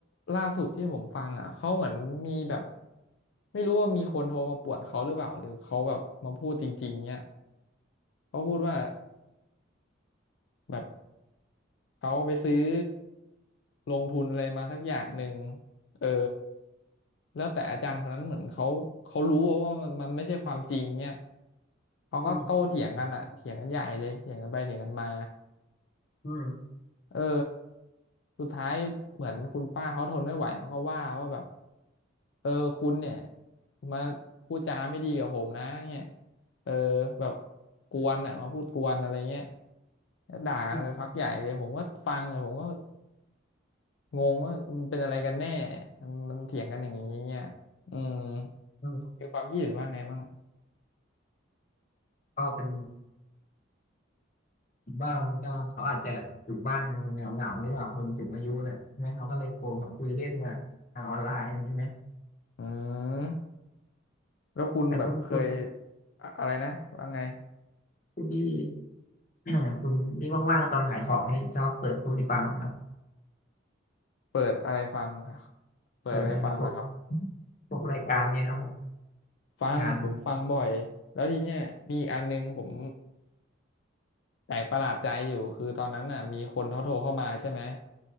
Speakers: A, on the left (about 65°); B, on the left (about 40°).
A: ล่าสุดที่ผมฟังอ่ะเขาเหมือนมีแบบไม่รู้ว่ามีคนโทรมาป่วนเขาหรือเปล่าหรือเขาแบบมาพูดจริงๆเนี่ยเขาพูดว่าแบบเขาไปซื้อลงทุนอะไรมาสักอย่างหนึ่งเออแล้วแต่อาจารย์คนนั้นเหมือนเขาเขารู้ว่ามันมันไม่ใช่ความจริงเนี่ยเขาก็โต้เถียงกันอ่ะเถียงกันใหญ่เลยเถียงกันไปเถียงกันมา
B: อืมอ
A: เออสุดท้ายเหมือนคุณป้าเขาทนไม่ไหวเขาก็ว่าว่าแบบ เออคุณเนี่ยมาพูดจาไม่ดีกับผมนะเงี้ยเออแบบกวนอ่ะมาพูดกวนอะไรเงี้ยแล้วด่ากันไปพักใหญ่เลยผมก็ฟังเลยผมก็
B: ืม
A: งงว่ามันเป็นอะไรกันแน่ทำไมันมันเถียงกันอย่างนี้เนี่ยอืม
B: ก็
A: มีความคิดเห็นว่าไงบ้าง
B: ก็เป็นบ้างก็เขาอาจจะอยู่บ้านเหงาเหงารือเปล่าคนสูงอายุเนี่ยใช่ไหมเขาก็เลยโทรมาคุยเล่นกันทางออนไลน์อย่างนี้ไหม
A: อืมแล้วคุณแบบเคย
B: แต่คุณคุณ
A: อะอะไรนะว่าไง
B: คุณนี่ <clears throat> คุณนี่ว่างๆตอนขายของนี่ชอบเปิดพวกนี้ฟังไหมครับ
A: เปิดอะไรฟังค่ะเปิดอะไรฟังล่ะครับ
B: เปิดในพวกพวกรายการเนี่ยครับผม
A: ฟังผมฟังบ่อยแล้วทีเนี้ยมีอีกอันหนึงผม
B: การ
A: แปลกประหลาดใจอยู่คือตอนนั้นน่ะมีคนเขาโทรเข้ามาใช่ไหม